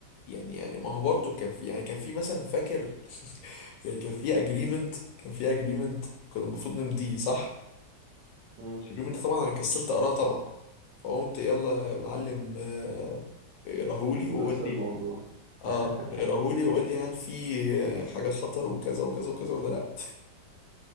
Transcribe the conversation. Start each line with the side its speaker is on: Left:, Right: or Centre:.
Left: يعني يعني ما هو برضه كان في يعني كان في مثلا فاكر <laughs> يعني كان في اجريمنت كان في اجريمنت كنا المفروض نمضيه صح
Right: مم.
Left: اليوم ده طبعا انا كسلت اقراه طبعا فقمت يلا يا معلم آه، اقراهولي
Right: نفس
Left: وقول
Right: الموضوع
Left: لي اه
Right: <laughs>
Left: اقراهولي وقول لي هل في آه، حاجه خطر وكذا وكذا وكذا ولا لا